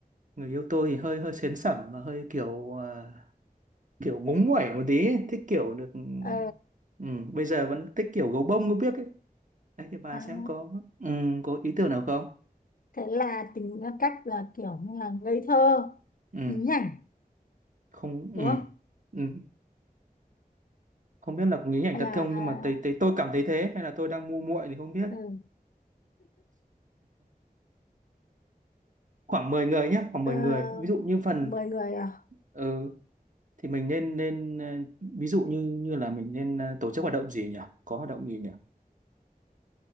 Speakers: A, on the right; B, on the left.
A: người yêu tôi thì hơi hơi sến sẩm mà hơi kiểu à, kiểu ngúng nguẩy một tí ấy. thích kiểu được
B: ờ
A: ừ, bây giờ vẫn thích kiểu gấu bông có biết ấy đấy thì bà
B: à.
A: xem có ừ, có ý tưởng nào không
B: thế là tính ra cách là kiểu như là ngây thơ
A: ừ,
B: nhí nhảnh
A: không ừ,
B: đúng không
A: ừ. không biết là có nghĩ ảnh
B: hay
A: thật
B: là
A: không nhưng mà thấy, thấy tôi cảm thấy thế hay là tôi đang ngu muội thì không biết
B: ừ,
A: khoảng 10 người nhé khoảng
B: ờ,
A: 10 người ví dụ như phần
B: mời người à?
A: ừ, thì mình nên nên ờ, ví dụ như như là mình nên ờ, tổ chức hoạt động gì nhỉ có hoạt động gì nhỉ